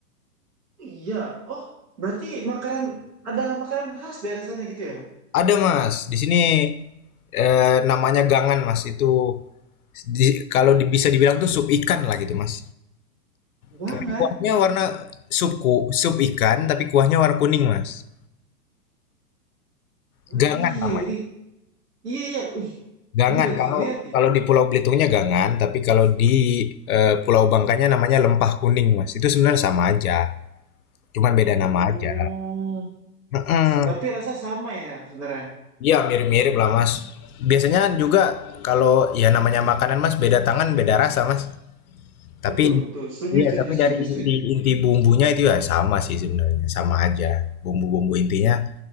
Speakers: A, on the right; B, on the left.
A: Iya. Oh, berarti makanan ada makanan khas daerah sana gitu ya?
B: Ada Mas, di sini, eee, namanya gangan Mas, itu di kalau di bisa dibilang tuh sup ikan lah gitu Mas,
A: Guangan.
B: tapi kuahnya warna sup ku sup ikan, tapi kuahnya warna kuning Mas,
A: Oh,
B: gangan
A: iya
B: namanya,
A: ini. Iya iya. Uh,
B: gangan
A: ini lagi
B: kalau
A: ngeliat nih.
B: kalau di Pulau Belitungnya gangan, tapi kalau di, eee, Pulau Bangkanya namanya lempah kuning Mas, itu sebenarnya sama aja, cuman beda
A: Oh,
B: nama aja. Mhm,
A: tapi rasa sama ya sebenarnya.
B: iya mirip-mirip lah Mas, biasanya kan juga kalau ya namanya makanan Mas, beda tangan beda rasa Mas. Tapi
A: Betul betul. Setuju
B: iya,
A: setuju
B: tapi
A: setuju
B: dari inti
A: setuju.
B: inti bumbunya itu ya sama sih sebenarnya, sama aja. Bumbu-bumbu intinya